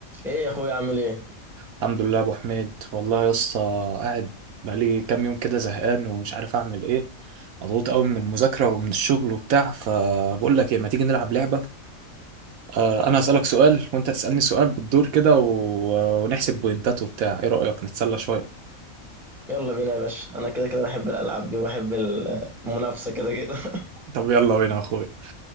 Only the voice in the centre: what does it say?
ايه يا اخويا عامل ايه
يلا بينا يا باشا انا كده كده بحب الالعاب دي وبحب المنافسه كده كده <laughs>